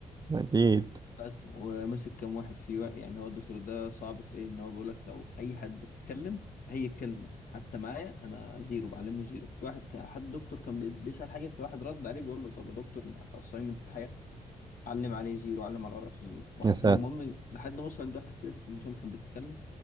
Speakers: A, on the right (about 30°); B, on the left (about 70°).
A: أكيد
B: بس ومسك كام واحد فيه بقى. يعني هو الدكتور ده صعب في ايه ان هو بيقول لك لو اي حد اتكلم اي كلمه حتى معايا انا زيرو بعلمه زيرو في واحد كان حد دكتور كان بي- بيسال حاجه في واحد رد عليه بيقول له طب يا دكتور ما الاساينمنت علم عليه زيرو علم على ورقته زيرو واحد
A: يا ساتر
B: تاني المهم لحد ما وصل عند واحد كده اسمه هشام كان بيتكلم